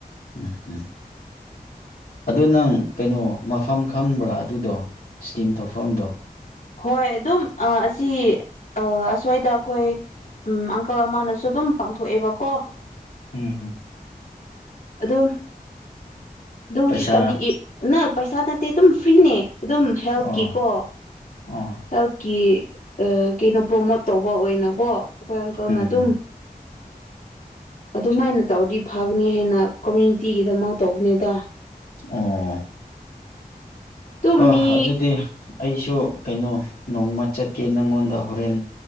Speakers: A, on the left; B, on the left.
A: <unintelligible> ꯑꯗꯣ ꯅꯪ ꯀꯩꯅꯣ ꯃꯐꯝ ꯈꯪꯕ꯭ꯔꯥ ꯑꯗꯨꯗꯣ ꯏꯁꯇꯤꯝ ꯇꯧꯐꯝꯗꯣ
B: ꯍꯣꯏ ꯑꯗꯨꯝ ꯑꯁꯤ ꯑ ꯑꯁ꯭ꯋꯥꯗ ꯑꯩꯈꯣꯏ ꯎꯝ ꯑꯪꯀꯜ ꯑꯃꯅꯁꯨ ꯑꯗꯨꯝ ꯄꯥꯡꯊꯣꯛꯑꯦꯕꯀꯣ
A: ꯎꯝ ꯍꯝ
B: ꯑꯗꯨ ꯑꯗꯨ ꯍꯧꯖꯤꯛꯀꯥꯟꯗꯤ
A: ꯄꯩꯁꯥ
B: ꯏ ꯅ ꯄꯩꯁꯥ ꯅꯠꯇꯦ ꯑꯗꯨꯝ ꯐ꯭ꯔꯤꯅꯦ ꯑꯗꯨꯝ ꯍꯦꯜꯠꯀꯤꯀꯣ
A: ꯑꯣ ꯑꯣ
B: ꯍꯦꯜꯠꯀꯤ ꯑ ꯀꯩꯅꯣ ꯄ꯭ꯔꯣꯃꯣꯠ ꯇꯧꯕ ꯑꯣꯏꯅꯀꯣ ꯑꯩꯈꯣꯏ ꯑꯪꯀꯜꯅ
A: ꯎꯝ
B: ꯑꯗꯨꯝ ꯑꯗꯨꯃꯥꯏꯅ ꯇꯧꯔꯗꯤ ꯐꯒꯅꯤ ꯍꯥꯏꯅ ꯀꯃꯌꯨꯅꯤꯇꯤꯒꯤꯗꯃꯛ ꯇꯧꯕꯅꯤꯗ
A: <unintelligible>
B: ꯑꯗꯨꯝ
A: ꯑ
B: ꯃꯤ
A: ꯑꯗꯨꯗꯤ ꯑꯩꯁꯨ ꯀꯩꯅꯣ ꯅꯣꯡꯃ ꯆꯠꯀꯦ ꯅꯪꯉꯣꯟꯗ ꯍꯣꯔꯦꯟ